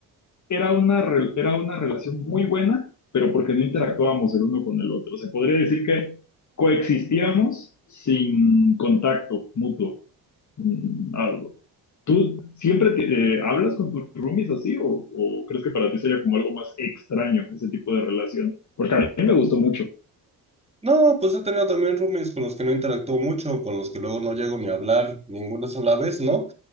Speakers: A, on the left; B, on the right.
A: era una, re- era una relación muy buena, pero porque no interactuábamos el uno con el otro. Se podría decir que coexistíamos sin contacto mutuo, mm, algo. ¿Tú siempre te- eh, hablas con tus roomies así o, o crees que para ti sería como algo más extraño ese tipo de relación? Porque a mí me gustó mucho.
B: No, pues he tenido también roomies con los que no interactúo mucho, con los que luego no llego ni a hablar ninguna sola vez, ¿no?